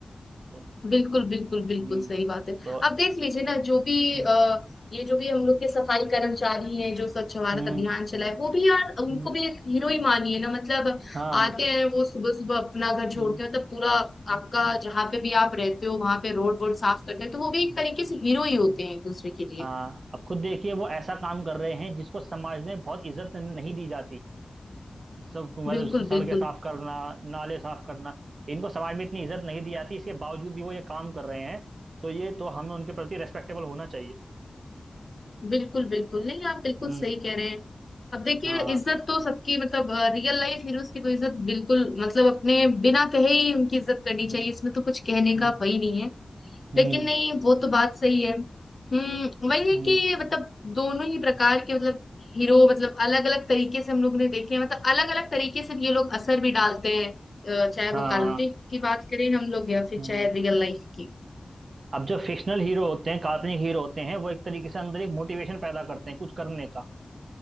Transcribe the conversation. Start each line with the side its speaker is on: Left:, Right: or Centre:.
Right: तो
Left: बिल्कुल बिल्कुल बिल्कुल
Right: हम्म
Left: सही बात है
Right: तो
Left: आप देख लीजिए ना जो भी
Right: हम्म
Left: आ, ये जो भी हम लोग के सफाई कर्मचारी हैं जो स्वच्छ भारत
Right: हम्म
Left: अभियान चलाए वो भी यार उनको
Right: हम्म,
Left: भी एक हीरो ही मानिए ना मतलब
Right: हाँ
Left: आते हैं वो सुबह सुबह अपना घर
Right: हम्म,
Left: छोड़ के मतलब पूरा
Right: हम्म,
Left: आपका
Right: हम्म,
Left: जहाँ पे भी आप रहते हो वहां पे रोड वोड साफ करते हैं तो वो भी एक
Right: हम्म,
Left: तरीके से हीरो ही होते
Right: हम्म,
Left: हैं एक दूसरे के लिए
Right: हाँ अब खुद देखिए वो ऐसा काम कर रहे हैं जिसको समाज में बहुत इज्जत नहीं दी जाती सब मतलब
Left: बिल्कुल
Right: सड़कें
Left: बिल्कुल
Right: साफ करना नाले साफ करना इनको समाज में इतनी इज्जत नहीं दी जाती इसके बावजूद भी वो ये काम कर रहे हैं तो ये तो हमें उनके प्रति रेस्पेक्टेबल होना चाहिए
Left: बिल्कुल बिल्कुल नहीं आप बिल्कुल
Right: हम्म
Left: सही कह रहे हैं अब देखिए
Right: हाँ
Left: इज्जत तो सबकी मतलब रियल लाइफ हीरोज की तो इज्जत बिल्कुल मतलब अपने बिना कहे ही उनकी इज्जत करनी
Right: हम्म
Left: चाहिए इसमें तो कुछ कहने
Right: हम्म
Left: का वही नहीं है
Right: हम्म
Left: लेकिन नहीं वो तो बात सही है हम्म वही है
Right: हम्म,
Left: कि मतलब दोनों ही प्रकार के मतलब हीरो मतलब अलग अलग तरीके से हम लोग ने देखे हैं मतलब अलग अलग तरीके से ये लोग असर भी डालते हैं अ, चाहे वो
Right: हाँ
Left: काल्पनिक की बात करें हम लोग या फिर
Right: हम्म
Left: चाहे रियल लाइफ की
Right: अब जो फिक्शनल हीरो होते हैं काल्पनिक हीरो होते हैं वो एक तरीके से अंदर एक मोटिवेशन पैदा करते हैं कुछ करने का